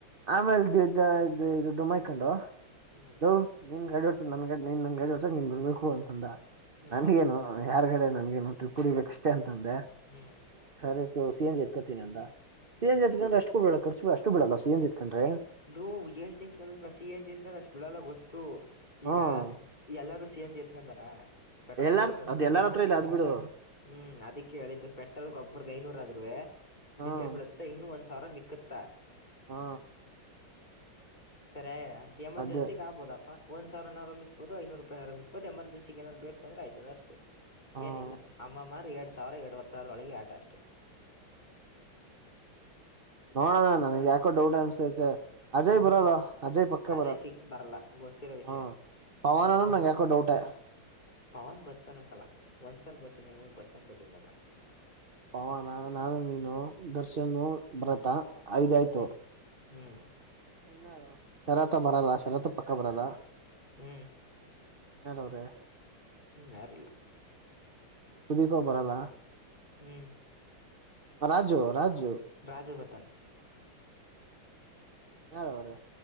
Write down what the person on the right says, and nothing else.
ಆಮೇಲೆ ದ ಇ ಇದು ಡುಮ್ಮ ಮಕೊಂಡು
ನ <unintelligible> ನೀನ್ ಗಾಡಿ ಹೊಓಡ್ತ ನನ್ನ್ನ್ ಗಾಡಿ ಹೊಓಡ್ಸಕ್ ನೀನ್ ಬಿರ್ಬೇಕು <unintelligible> ಅಂತಂದ
ನನ್ಗೇಏನು ಯಾರ್ಗಡೆ <unintelligible> ನನ್ಗೆ ಟ್ರಿಪ್ ಕುಡಿಬೇಕಷ್ಟೇ ಅಂತಂದೆ
ಸರಿ ಇತ್ತು ಸಿ ಎಂಜಿ ಎತ್ಕತೀನಿ ಅಂದ ಸಿ
ಎನ್ ಜಿ ಎತ್ ಅಷ್ಟು ಬೀಳೊಲ್ಲ ಖರ್ಚು ಸಿ ಎನ್ ಜಿ ಎತ್ಕೊಂಡ್ರೆ
ಹ್ಮ್
ಎಲ್ಲಾರ್
ಅದ್ ಎಲ್ಲಾರ ಹತ್ರ ಇಲ್ಲ ಅದ್ ಬಿಡು
ಹ್ಮ್
ಹಾ
ಅದೇ
ಹ್ಮ್
ನೋಡೋಣ ನನಗ್ ಯಾಕೋ ಡೌಟ್ ಅನ್ಸೈತೆ ಅಜಯ್ ಬರಲ್ಲ ಅಜಯ್ ಪಕ್ಕ
ಹ್ಮ್ ಪವನನು
ನಂಗೆ ಯಾಕೋ ಡೌಟೆ
ಪವಾನ ನಾನು ನೀನು ದರ್ಶನ್ ಬರತಾ ಐದಾಯ್ತು
ಇಾರ ಶರತ್ ಬರಲ್ಲ ಶರತ್ ಪಕ್ಕ ಬರಲ್ಲ
ಇನ್ನಾರ ಅವ್ರೆ
ಸುದೀಪ ಬರಲ್ಲ
ರಾಜು ರಾಜು
ಯಾರ ಅವ್ರೀ